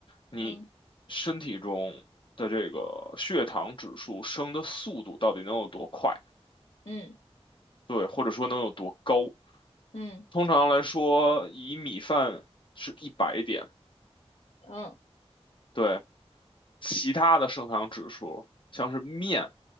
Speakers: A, on the left (about 50°); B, on the left (about 70°).
A: 你身体中的这个血糖指数升的速度到底能有多快？
B: 嗯嗯
A: 对，或者说能有多高？
B: 嗯
A: 通常来说，以米饭是一百点，
B: 嗯
A: 对，其他的升糖指数，像是面，